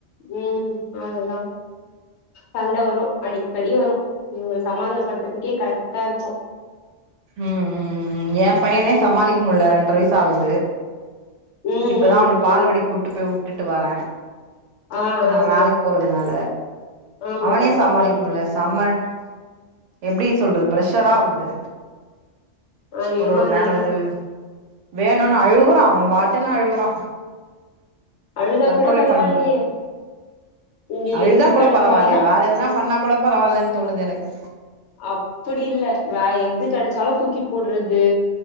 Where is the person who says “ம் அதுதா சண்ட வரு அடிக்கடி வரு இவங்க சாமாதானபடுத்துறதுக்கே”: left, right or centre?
Left